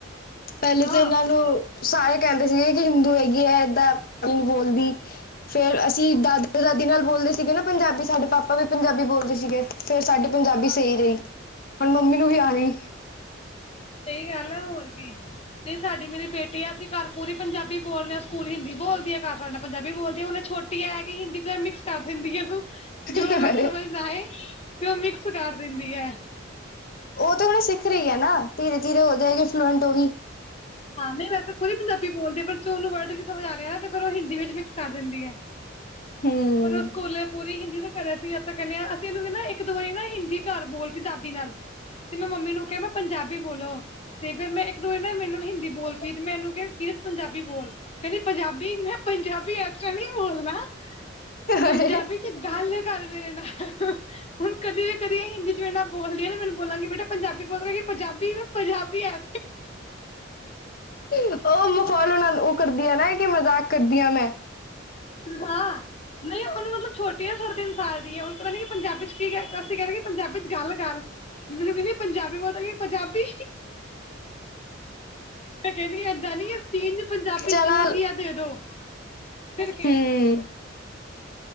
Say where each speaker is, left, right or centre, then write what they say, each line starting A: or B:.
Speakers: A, on the left; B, on the left.
A: ਪਹਿਲੇ
B: ਹਾਂ
A: ਤਾਂ ਇਹਨਾਂ ਨੂੰ ਸਾਰੇ ਕਹਿੰਦੇ ਸੀਗੇ ਕਿ ਹਿੰਦੂ ਹੈਗੀ ਹੈ ਏਦਾਂ ਨਹੀਂ ਬੋਲਦੀ। ਫੇਰ ਅਸੀਂ ਦਾਦਾ ਦਾਦੀ ਨਾਲ ਬੋਲਦੇ ਸੀਗੇ ਨਾ ਪੰਜਾਬੀ ਸਾਡੇ ਪਾਪਾ ਵੀ ਪੰਜਾਬੀ ਬੋਲਦੇ ਸੀਗੇ। ਫੇਰ ਸਾਡੇ ਪੰਜਾਬੀ ਸਹੀ ਰਹੀ, ਹੁਣ ਮੰਮੀ ਨੂੰ ਵੀ ਆ ਗਈ।
B: ਸਹੀ ਗੱਲ ਹੈ ਹੋਰ ਕੀ ਤੇ ਸਾਡੀ ਮੇਰੀ ਬੇਟੀ ਆ ਅਸੀ। ਘਰ ਪੂਰੀ ਪੰਜਾਬੀ ਬੋਲਦੇ ਹਾਂ ਸਕੂਲ ਹਿੰਦੀ ਬੋਲਦੀ ਘਰ ਸਾਡੇ ਨਾਲ ਪੰਜਾਬੀ ਬੋਲਦੀ ਉਹੇ ਛੋਟੀ ਹੈਗੀ ਹਿੰਦੀ ਤੋਂ ਮਿਕਸ। ਕਰ ਦਿੰਦੀ ਤੂੰ
A: ਹਮ
B: ਜੋ ਵਰਡ ਸਮਝ ਨਾ ਆਏ ਤੇ ਉਹ ਮਿਕਸ ਕਰ ਦਿੰਦੀ ਹੈ।
A: ਉਹ ਤੇ ਹੁਣ ਸਿੱਖ ਰਹੀ ਹੈ ਨਾ ਧੀਰੇ ਧੀਰੇ ਹੋ ਜਾਏਗੀ ਫਲੂਐਂਟ ਉਹ ਵੀ।
B: <unintelligible> ਹਾਂ ਨਹੀਂ ਵੈਸੇ ਫੁਲੀ ਪੰਜਾਬੀ ਬੋਲਦੇ, ਪਰ ਜੋ ਉਹਨੂੰ ਵਰਡ ਸਮਝ ਆ ਰਿਹਾ, ਨਾ ਤੇ ਫਿਰ ਉਹ ਹਿੰਦੀ ਵਿੱਚ ਮਿਕਸ ਕਰ ਦਿੰਦੀ ਹੈ।
A: ਹਮ
B: ਪਰ ਉਹ ਸਕੂਲੇ ਪੂਰ ਤੂਹੀ ਹਿੰਦੀ ਨੂੰ ਕਰਿਆ ਸੀ, ਆਪਾਂ ਕਹਨੇ ਆ ਅਸੀਂ ਇਹਨੂੰ ਇੱਕ ਦੋ ਵਾਰੀ ਨਾ ਹਿੰਦੀ ਕਰ ਬੋਲ ਸੀ ਦਾਦੀ ਨਾਲ ਤੇ ਮੈਂ ਮੰਮੀ ਨੂੰ ਕਿਹਾ ਮੈ ਪੰਜਾਬੀ ਬੋਲੋ। ਤੇ ਫੇਰ ਮੈਂ ਇੱਕ ਦੋ ਵਾਰ ਨਾ ਮੈਨੂੰ ਨਾਲ ਹਿੰਦੀ ਬੋਲ ਪਈ ਤੇ ਮੈਂਨੂੰ ਕਿਹਾ ਕਿਰਤ ਪੰਜਾਬੀ ਬੋਲ। ਕਹਿੰਦੀ ਪੰਜਾਬੀ, ਮੈ ਕਿਹਾ ਪੰਜਾਬੀ ਅਕਸ਼ਰ ਨੀ ਬੋਲਣਾ। ਪੰਜਾਬੀ
A: ਅਰੇ
B: ਚ ਗੱਲ ਕਰ ਮੇਰੇ ਨਾਲ ਹੁਣ ਕਦੀ ਵੀ ਕਦੀ ਹਿੰਦੀ ਚ ਮੇਰੇ ਨਾਲ। ਬੋਲਦੀਆਂ ਨੇ ਮੈਨੂੰ ਬੋਲਾਂਗੀ ਬੇਟੇ ਪੰਜਾਬੀ ਬੋਲ ਪੰਜਾਬੀ ਮੈਂ ਕਿਹਾ ਪੰਜਾਬੀ ਐ।
A: ਉਹ ਮਖੌਲ ਉਹਨਾਂ ਨੂੰ ਉਹ ਕਰਦੀ ਆ ਨਾ ਕਿ ਮਜ਼ਾਕ ਕਰਦੀ ਹਾਂ ਮੈਂ।
B: ਹਾਂ। ਨਹੀਂ ਉਹਨੂੰ ਮਤਲਬ ਛੋਟੀ ਆਂ ਸਾਡੇ ਤਿੰਨ ਸਾਲ ਦੀ ਹੈ ਉਹਨੂੰ ਪਤਾ ਨਹੀਂ ਪੰਜਾਬੀ ਚ ਕੀ ਅਸੀਂ ਕਹਿ ਰਹੇ ਕਿ ਪੰਜਾਬੀ ਚ ਗੱਲ ਕਰ। ਮੈਨੂੰ ਕਹਿੰਦੀ ਪੰਜਾਬੀ ਬੋਲਦਾ ਕਿ ਪੰਜਾਬੀ। ਮੈ ਕਹਿੰਣੀ ਏਦਾਂ ਨੀ ਚੀਜ਼ ਪੰਜਾਬੀ
A: ਚਨਾ
B: ਚ ਬੋਲ ਗਿਆ ਦੇ ਦੋ ਫਿਰ
A: ਹਮ
B: ਕੇ।